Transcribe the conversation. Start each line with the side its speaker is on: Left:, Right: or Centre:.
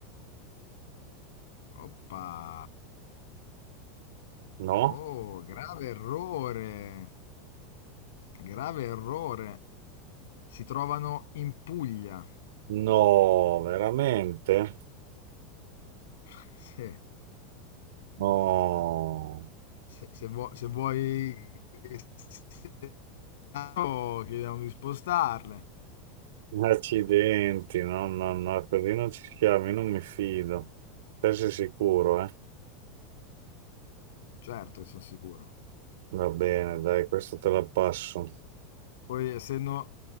Left: Oppa!
Right: No?
Left: Oh, grave errore! Grave errore! Si trovano in Puglia.
Right: No, veramente?
Left: <laughs>
Right: No.
Left: Sì, se, se vuo- se vuoi che sia chiaro, chiediamo di spostarle.
Right: Accidenti, no, no, no, così non ci siamo, io non mi fido. Te sei sicuro, eh?
Left: Certo che sono sicuro.
Right: Va bene, dai, questo te la passo.
Left: Poi, essendo